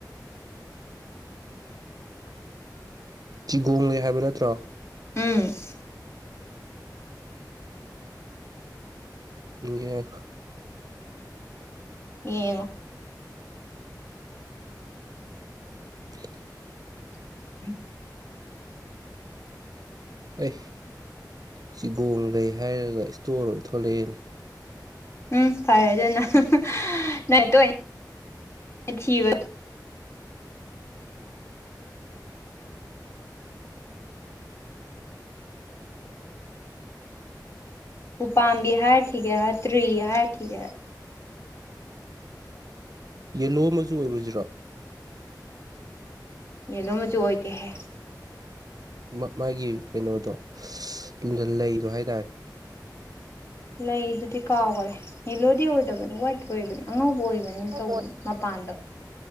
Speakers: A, on the right; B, on the left.
A: ꯆꯤꯒꯣꯡꯉꯦ ꯍꯥꯏꯕ ꯅꯠꯇ꯭ꯔꯣ
B: ꯎꯝ
A: <unintelligible>
B: ꯌꯦꯉꯣ
A: <unintelligible>
B: <unintelligible>
A: ꯑꯩ ꯆꯤꯒꯣꯡ ꯂꯩ ꯍꯥꯏꯔꯒ ꯏꯁꯇꯣꯔ ꯑꯣꯏ ꯊꯣꯛꯂꯛꯑꯦꯅꯦ
B: ꯎꯝ ꯐꯔꯦ ꯑꯗꯨꯅ ꯅꯥ ꯇꯣꯏ ꯊꯤꯕ ꯎꯄꯥꯝꯕꯤ ꯍꯥꯏꯔ ꯈꯤꯒꯦꯔꯥ ꯇ꯭ꯔꯤ ꯍꯥꯏꯔ ꯈꯤꯒꯦꯔꯥ
A: ꯌꯦꯂꯣ ꯃꯆꯨ ꯑꯣꯏꯕꯖꯤꯔꯣ
B: ꯌꯦꯂꯣ ꯃꯆꯨ ꯑꯣꯏꯗꯦꯍꯦ
A: ꯃꯥ ꯃꯥꯒꯤ ꯀꯩꯅꯣꯗꯣ <unintelligible> ꯂꯩꯗꯣ ꯍꯥꯏꯇꯥꯔꯦ
B: ꯂꯩꯗꯨꯗꯤ ꯀꯥꯎꯒꯔꯦ ꯌꯦꯂꯣꯗꯤ ꯑꯣꯏꯗꯕꯅꯤ ꯋꯥ꯭ꯏꯠ ꯑꯣꯏꯕꯅꯦ ꯑꯉꯧꯕ ꯑꯣꯏꯕꯅꯦ ꯒꯨꯝ
A: ꯑꯣ
B: ꯇꯧꯕꯅꯤ ꯃꯄꯥꯟꯗꯣ